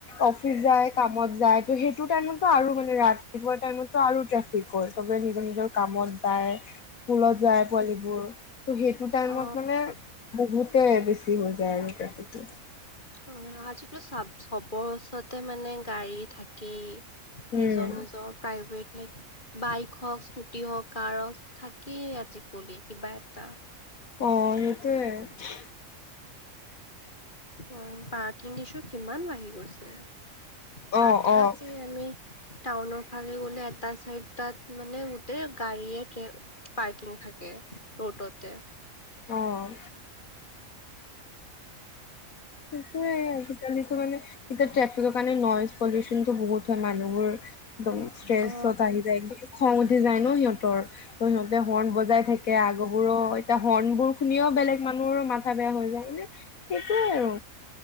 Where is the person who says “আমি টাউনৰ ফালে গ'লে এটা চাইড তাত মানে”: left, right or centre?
Left